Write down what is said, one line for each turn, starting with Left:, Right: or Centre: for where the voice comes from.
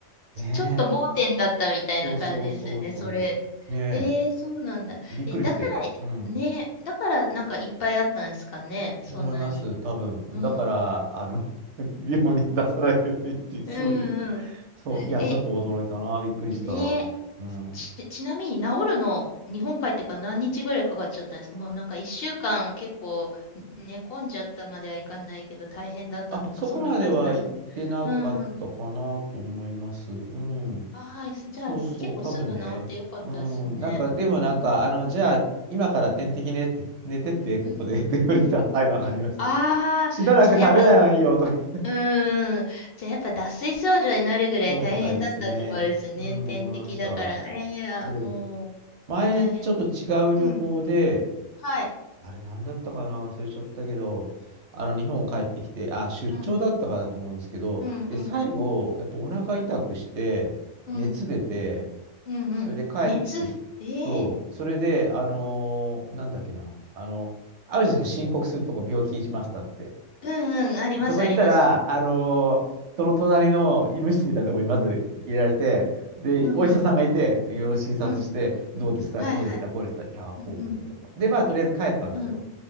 Right: ー、ねえ、
Left: ちょっと盲点だったみたいな感じですよね、
Right: そうそうそうそう、
Left: それ。
Right: ねえ、
Left: えー、そうなんだ。
Right: びっくりして、
Left: え、だから、
Right: うん。
Left: ね、だからなんかいっぱいあったんですかね、そんなに。
Right: 思います、多分。
Left: うん。
Right: だから、あの、<laughs> 病に出さないようにっていう、そういう、
Left: うんうん。
Right: そう、いや、
Left: え、
Right: ちょっと驚いたな、びっくりした。
Left: ねえ。
Right: うん。
Left: ち、ちなみに治るの、日本帰ってから何日ぐらいかかっちゃったんですかもうなんか一週間結構ね寝込んじゃったまではいかないけど大変だったとかそんな感じなんですか
Right: あ、そこまでは行ってなかったかなと思います。
Left: うんうん。
Right: うん。
Left: あはい。じゃあ結構すぐ治ってよかったですね。
Right: そうそう、多分ね。うん。なんか、でもなんか、
Left: ねうん。
Right: あの、じゃあ、今から点滴ねって、寝てって、ここで
Left: うん。
Right: <laughs> って言われてた。
Left: うん。
Right: はい、わかりました。
Left: ああ、
Right: しばらく食べないはいいよ、
Left: じゃあやっぱ、
Right: とか言って。
Left: うーん。じゃあやっぱ脱水症状になるぐらい大変だったってことですね。
Right: そうみたいですね。うん、
Left: 点滴だから。
Right: 思いました。そ
Left: えーいや、
Right: う。
Left: もう、
Right: 前にちょっと違う旅行で、
Left: 大変。うん。はい。
Right: あれ何だったかな忘れちゃったけど、あの日本帰ってきて、あ、出張だったかだと思うんですけど、
Left: うんうんうんうん。
Right: で、最後、やっぱお腹痛くして、
Left: うん。
Right: 熱出て、
Left: うんうん。
Right: それで帰ってき、
Left: 熱ええ
Right: そう、それで、あのーなんだっけな、あの、あるじゃないですか、申告するとこ病気しましたって。
Left: うんうん。あります、
Right: そこ行ったら、
Left: あります。
Right: あのーその隣の医務室みたいなところにまず入れられて、で、
Left: うんうん。
Right: お医者さんがいて、いろいろ診察して、
Left: うん。
Right: どうでした、
Left: はいはい。
Right: こうでした、こうでした、いやー、こうこうこうこう。
Left: うん
Right: で、まあ、とりあえず帰ったんですよ。
Left: うん。うん。